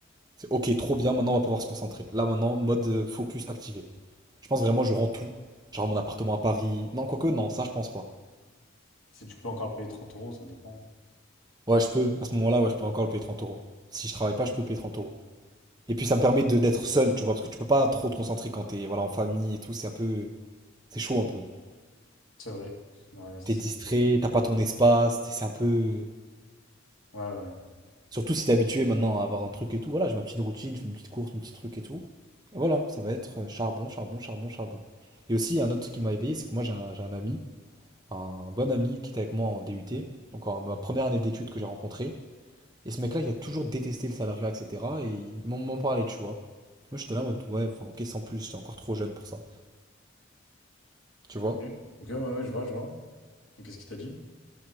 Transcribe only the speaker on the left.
Si tu peux encore le payer trente euros, ça dépend.
C'est vrai. Ouais, c'est
vrai.
Ouais, ouais. ouais.
Ok, ok, ouais, ouais, je vois, je vois. Et Qu'est-ce qu'il t'a dit?